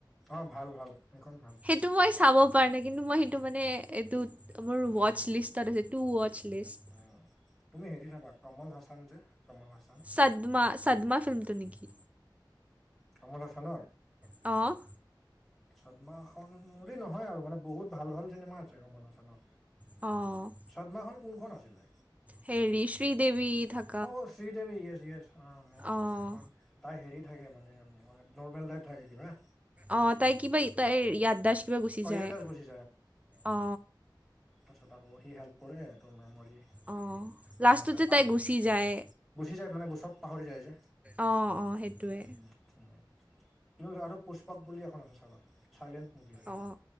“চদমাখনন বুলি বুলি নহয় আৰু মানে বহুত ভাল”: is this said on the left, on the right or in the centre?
Centre